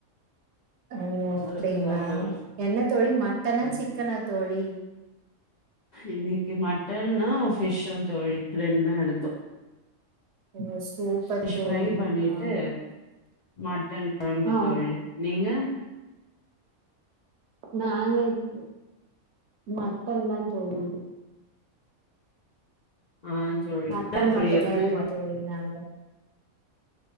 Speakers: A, on the right; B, on the left.
A: ஓ அப்டிங்ளா
B: ரெஸ்ட் தா தோழி
A: என்ன தோழி மட்டனா
B: ம்
A: சிக்கனா தோழி
B: இன்னைக்கு மட்டன்னு ஃபிஷும் தோழி ரெண்டு எடுத்தோ
A: <inaudible> ஓ சூப்பர்
B: ஃபிஷ்
A: தோழி
B: ஃப்ரை பண்ணிட்டு
A: ஆ
B: மட்டன் கொழம்பு
A: ஆ
B: தோழி
A: ஓ
B: நீங்க
A: நாங்க இப் மட்டன்தா தோழி
B: ஆ தோழி
A: மட்டன்
B: ஏ தோழி
A: மட்டுந்தா
B: எப்பமே
A: எடுத்தோ
B: மட்
A: தோழி நாங்க